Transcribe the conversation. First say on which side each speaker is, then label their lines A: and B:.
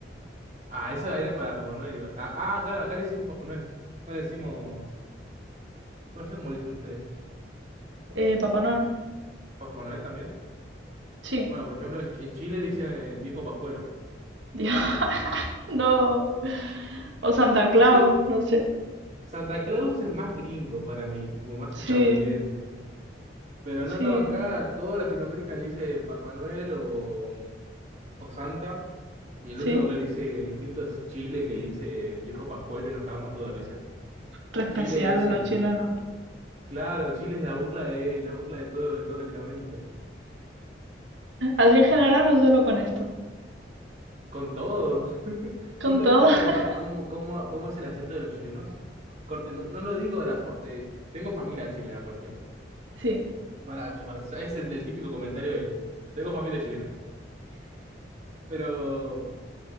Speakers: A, on the right; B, on the right.
A: Ah, esa era para Papá Noel igual. Ah, ah, claro, acá le decimos Papá Noel. No le decimos. No sé cómo le dicen ustedes.
B: Eh, Papá Noel,
A: ¿Papá Noel también?
B: sí.
A: Bueno, por ejemplo, en Ch- en Chile le dicen el viejo Pascuero.
B: <laughs> Yo, no. O Santa Claus,
A: Eh,
B: no sé.
A: Santa Claus es más gringo para mí, tipo, más
B: Sí,
A: estadounidense. Pero no,
B: sí,
A: no, acá toda Latinoamérica le dice Papá Noel o, o Santa. Y el
B: sí.
A: único que le dice distinto es Chile, que le dice viejo Pascuero y nos cagamos todos de risa.
B: Re especial
A: Chile es
B: a los
A: el.
B: chilenos.
A: Claro, Chile es la burla de, la burla de todo, de toda Latinoamérica.
B: Así en general o solo con esto.
A: Con todo. <laughs>
B: Con
A: ¿Nunca
B: todo.
A: viste cómo,
B: <laughs>
A: ha- cómo, cómo, cómo es el acento de los chilenos? Corte, no, no lo digo de la for- de... Tengo familia chilena, por ejemplo.
B: Sí.
A: Para, para- es el, el típico comentario de ellos. Tengo familia chilena. Pero